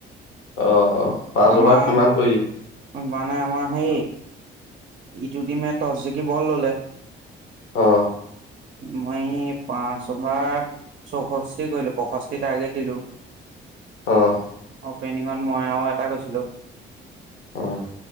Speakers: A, on the left; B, on the right.
A: অ অ পাঁচ
B: আমাৰ
A: অভাৰত কিমান কৰিলি
B: মানে আমাৰ সেই ইটো টিমে টচ জিকি বল ললে
A: অ।
B: মই পাঁচঅভাৰত চৌষষ্ঠি কৰিলো পষষ্ঠি টাৰ্গেট দিলো <inaudible>
A: আহ
B: অপেনিঙত মই আৰু এটা গৈছিলোঁ
A: আহ